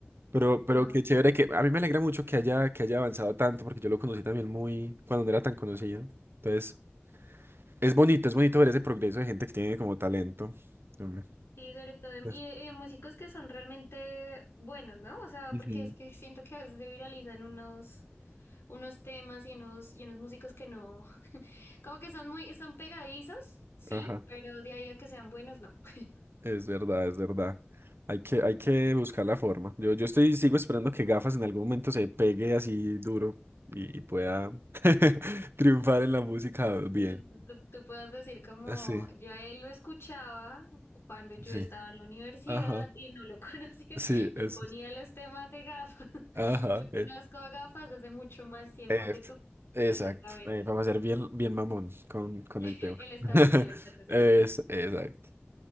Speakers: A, on the right (about 65°); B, on the left (about 70°).
A: Pero, pero
B: No.
A: qué chévere que a mí me alegra mucho que haya, que haya avanzado tanto porque yo lo conocí también muy cuando no era tan conocido. Entonces, es bonito, es bonito ver ese progreso de gente que tiene como talento. Hombre.
B: Sí, sobre todo, de-
A: Yes.
B: y de, y de músicos que son realmente buenos, ¿no? O sea,
A: Ujú.
B: porque es que siento que a veces se viralizan unos, unos temas y unos, y unos músicos que no, como que son muy, son pegadizos, sí,
A: Ajá.
B: pero de ahí a que sean buenos, no. <laughs>
A: Es verdad, es verdad. Hay que, hay que buscar la forma. Yo, yo estoy, sigo esperando que gafas en algún momento se pegue así duro y, y pueda <laughs> triunfar en la música bien.
B: Y Tú, tú, tú puedes decir como
A: Sí,
B: yo a él lo escuchaba cuando yo
A: sí.
B: estaba en la universidad
A: Ajá,
B: y no lo <laughs> conocía.
A: sí,
B: Yo
A: eso.
B: ponía
A: es.
B: los temas de gafas. <laughs>
A: Ajá,
B: Yo conozco
A: eh,
B: a gafas desde mucho más tiempo
A: eh,
B: que tú.
A: exacto.
B: Exactamente.
A: Eh, vamos a ser bien, bien mamón con, con
B: <laughs>
A: el tema.
B: El estatus,
A: <laughs>
B: el estatus, el
A: Es,
B: estatus.
A: exacto.